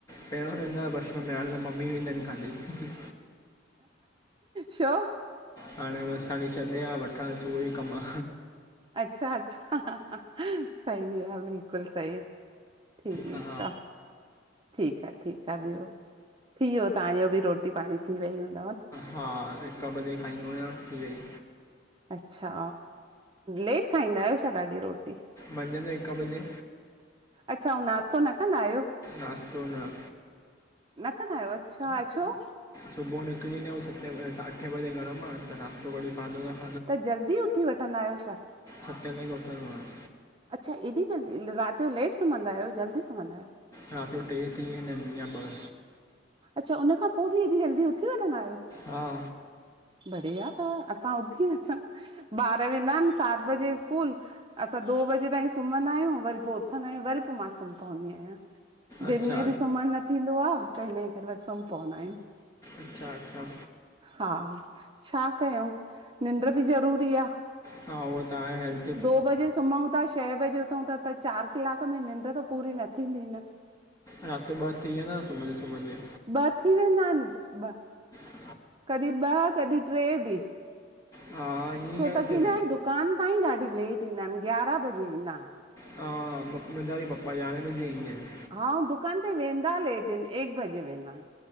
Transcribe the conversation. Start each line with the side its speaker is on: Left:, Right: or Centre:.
Left: पहिरोंंदो वेंदा हु आ सीं बस में हाणे त मम्मी ईेंदा आहिनि ख़ाली।
Right: शो?
Left: हाणे बसि हाली छॾे आ, वठणु अच उ ई कम आ।
Right: अच्छा अचछा, सही आ, बिल्कुल सही। ठीक
Left: हा
Right: आ। ठीक आ ठीक आ, ॿयो थी वियो, तहांजो बि रोटी पाणी थी वई हूंदी।
Left: हा हिक ॿजे खाईंदो आहियां, थी वई।
Right: अच्छा! लेट खाईंदा आहियो छा ॾाढी रोटी?
Left: मंझ जो हिक बजे!
Right: अच्छा, अंउ नाास्तो न कंदा आहियो?
Left: नास्तो न।
Right: न कंदा आहियो, अच्छा छो?
Left: सुबुह निकिरी वेंदा आहियूं सते -अठे बजे घर मां त नाश्तो कॾहिं खाधो थ
Right: त जल्दी उथी वठंदा आहियो छा?
Left: सतें तांई उथदो आंयां।
Right: अच्छा एॾी जल्दी रात जो लेट सुम्हंदा आहियो जल्दी सुम्हंदा आहियो?
Left: राति जो टे थी वेंदा आहिन या ॿ।
Right: अच्छा उनखां पो बि एॾी जल्दी उथी वठंदा आहियो!
Left: हा
Right: बढ़िया तव, असां उथी न सघूं। ॿार वेंदा आन सात बजे स्कूल असां दो बजे ताईं सुम्हंदा आहियूं, वरी पो उथंदा आहियूं, वरी पो मां सुम्ही पवंदी आहियां। दिन
Left: अच्छा
Right: में बि सुम्हण न थींदो आ, त हिनजे करे सुम्ही पवंदा आहिन।
Left: अच्छा अच्छा!
Right: हा छा कयंउ निंड्र् बि ज़रूरी आ।
Left: हा उहो त आहे हेल्थ
Right: दो बजे सुमंउ ता छंए बजे उथंउ ता त चारि कलाक में निंड्र् त पूरी न थींदी न।
Left: राति ॿ थी वेंयादा सुम सुम्हन
Right: ॿ थी वेंदा आहिनि ॿ
Left: <unintelligible>
Right: कॾहिं ॿ कॾहिं ट्रे बि।
Left: हा ईअं
Right: छो
Left: ई आहे
Right: त
Left: सिं
Right: की न दुकान ताईं ॾाढी लेट ईंदा आहिन ग्यारहं बजे ईंदा आहिन।
Left: हा मुंहिंजा बि पपा यारहें बजे ई आहिन।
Right: हा दुकान ते वेंदा लेट अन एक बजे वेंदा अन।